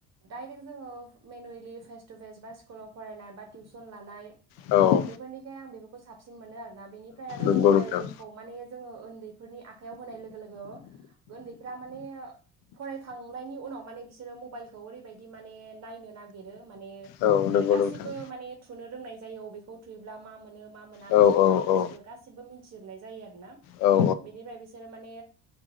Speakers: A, on the right (about 35°); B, on the left (about 45°).
A: डाइरेक्ट जोङो मेनुयेलि फेस टु फेस बा स्कुलाव फरायना बा टिउसन लानाय
B: औ
A: बेफोरनिखाय आं बेफोरखौ साबसिन मोनो आरोना बेनिफ्राय आरो
B: नंगौ
A: मबाइलखौ
B: नोंथां
A: माने जोङो उन्दैफोरनि आखाइयाव होनाय लोगो लोगो उन्दैफ्रा माने फरायखांनायनि उनाव माने बिसोरो मबाइलखौ ओरैबायदि माने नायनो नागिरो माने
B: औ नंगौ
A: आरो गासिबो
B: नोंथां
A: माने थुनो रोंनाय जायो बेखौ थुयोब्ला मा मोनो मा मोना
B: औ
A: बिसोरखौ
B: औ
A: माने
B: औ
A: बिसोरो गासिबो मिथिजोबनाय जायो आरो ना
B: औ
A: बेनिफ्राय बिसोरो माने